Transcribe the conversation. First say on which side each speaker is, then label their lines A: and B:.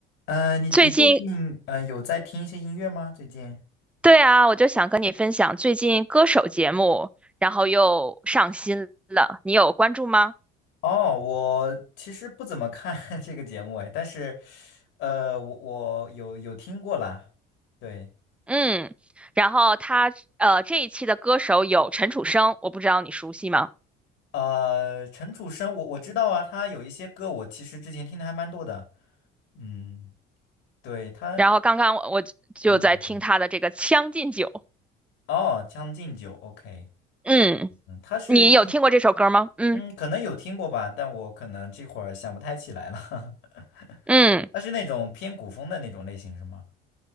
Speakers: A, on the left; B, in the centre.
A: 呃，你你最近呃有在听一些音乐吗？
B: 最近，
A: 最近？
B: 对啊，我就想跟你分享最近歌手节目，然后又上新了，你有关注吗？
A: 哦，我其实不怎么看 <laughs> 这个节目哎，但是，呃，我我有有听过啦。对，
B: 嗯，然后他呃这一期的歌手有陈楚生，我不知道你熟悉吗？
A: 呃，陈楚生，我我知道啊，他有一些歌我其实之前听的还蛮多的。嗯，对他，
B: 然后刚刚我我就在听他的这个《将进酒》，
A: 嗯嗯，嗯哦，《将进酒》，OK，
B: 嗯，
A: 嗯，他是一，
B: 你有听过这首歌吗？嗯
A: 嗯，可能有听过吧，但我可能这会儿想不太起来了。<laughs>
B: 嗯，
A: 他是那种偏古风的那种类型是吗？